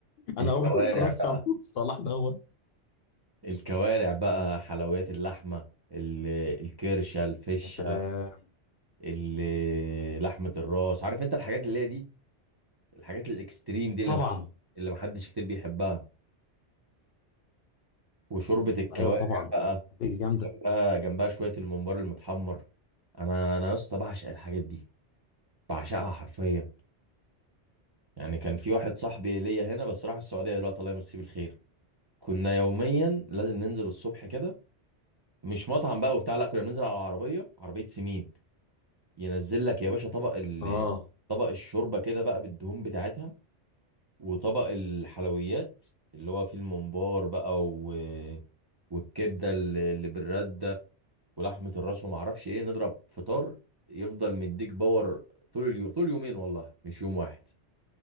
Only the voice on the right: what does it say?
الكوارع
بقى
الكوارع بقى حلويات اللحمة ال- الكرشة الفشة
ال- لحمة الراس عارف أنت الحاجات اللي هي دي الحاجات الإكستريم دي
اللي محدش اللي محدش كتير بيحبها وشوربة الكوارع
بقى،
آه جنبها شويه الممبار المتحمر انا انا يا اسطى بعشق الحاجات دي بعشقها حرفيا يعني كان في واحد صاحبي ليا هنا بس راح السعوديه دلوقتي الله يمسيه بالخير كنا يوميا لازم ننزل الصبح كده مش مطعم بقى وبتاع لا كنا بننزل على عربيه عربيه سمين ينزل لك يا باشا طبق ال...
طبق الشوربه كده بقى بالدهون بتاعتها وطبق الحلويات اللي هو فيه الممبار بقى و... والكبده اللي اللي بالرده ولحمه الراس وما اعرفش ايه نضرب فطار يفضل مديك باور طول اليوم طول يومين والله مش يوم واحد